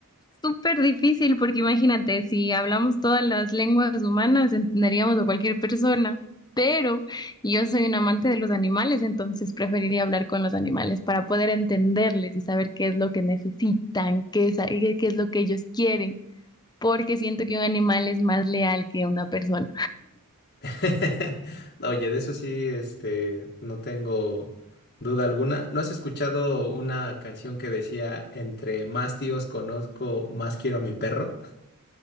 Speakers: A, on the left (about 20°); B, on the left (about 45°).
A: Súper difícil porque imagínate, si hablamos todas las lenguas humanas, entenderíamos a cualquier persona, pero yo soy un amante de los animales, entonces preferiría hablar con los animales para poder entenderles y saber qué es lo que necesitan, qué es, qué qué es lo que ellos quieren. porque siento que un animal es más leal que una persona.
B: <laughs> Oye, de eso sí, este, no tengo duda alguna. ¿No has escuchado una canción que decía, entre más tíos conozco, más quiero a mi perro?